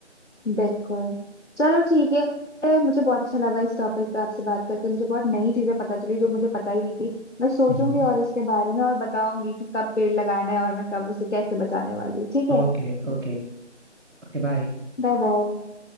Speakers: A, on the left; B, on the right.
A: बिल्कुल चलो ठीक है मुझे बहुत अच्छा लगा इस टॉपिक पे आपसे बात करके मुझे बहुत नई चीजें पता चली जो मुझे पता ही नहीं थी मैं सोचूंगी
B: हम्म।
A: और इसके बारे में और बताऊंगी कि कब पेड़ लगाना है और मैं कब उसे कैसे बचाने वाली हूँ ठीक है
B: Okay okay Okay bye
A: बाय बाय